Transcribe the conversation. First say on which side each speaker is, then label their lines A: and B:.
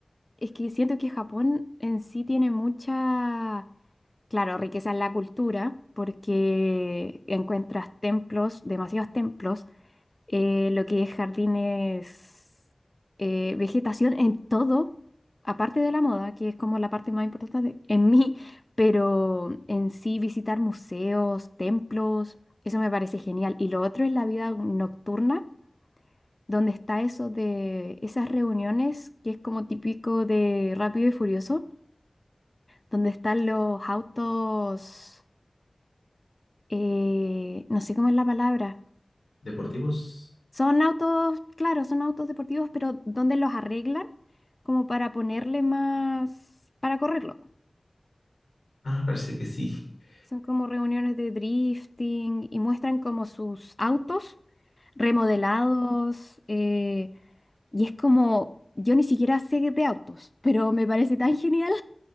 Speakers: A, on the left; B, on the left.
A: es que siento que Japón en sí tiene mucha, claro, riqueza en la cultura, porque encuentras templos, demasiados templos, eh, lo que es jardines, eh, vegetación en todo, aparte de la moda, que es como la parte más importante en mí, pero en sí visitar museos, templos, eso me parece genial. Y lo otro es la vida nocturna, donde está eso de esas reuniones que es como típico de Rápido y Furioso, donde están los autos, eh, no sé cómo es la palabra
B: ¿Deportivos?
A: Son autos, claro, son autos deportivos, pero donde los arreglan como para ponerle más, para correrlo.
B: Ah, parece que sí. <laughs>
A: Son como reuniones de drifting y muestran como sus autos remodelados. eh, y es como, yo ni siquiera sé de autos, pero me parece tan genial.